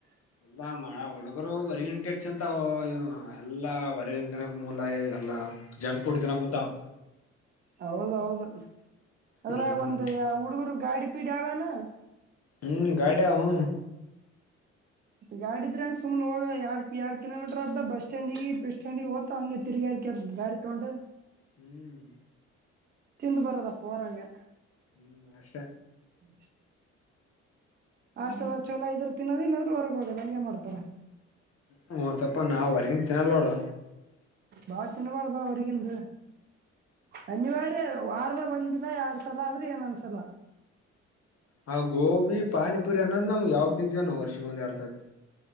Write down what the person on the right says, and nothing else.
ಹೌದೌದು ಅದ್ರಾಗ್
ಒಂದು ಹುಡುಗರು ಗಾಡಿ <unintelligible>
ಗಾಡಿದ್ರೆಂಗ ಸುಮನೆ ಹೋಗ ಎಾರ್ಡ್ ಎರ ಕಿೋಮೀಟರ್ ಅದ ಬಸ್ ಸ್ಟ್ಯಾಂಡ್ಿಗೆ ಸ್ಟ್ಯಾಂಡಿಗೆ ಹಓದ ಹಂಗೆ ತಿರುಗಾಡಿಕ ಗಾಡಿ ತಗೊಂಡು
ತಿಂದು ಬರದಪ್ಪ ಹೊರಗೆ
ಹ್ಮ್ ಅಷ್ಟ ಚಲೋ ಇದ್ರರು ತಿನ್ನೋದ ಇಲ್ಲಾದ್ರೂ ಹೊರಗೆ ಹೋಗೋದ ಹಂಗೆ ಮಾಡ್ತಾರೆ
ಬಾಚಿನ ಬಳದಾವ ಅವರಿಗೆ ಎಂತ ಅನ್ಿವಾರ ವಾರಾಗ ಒಂದ್ ದಿನ ಯಾರ್ ಸಲ ಆದ್ರೆ ಏನೊಂದ್ಸಲ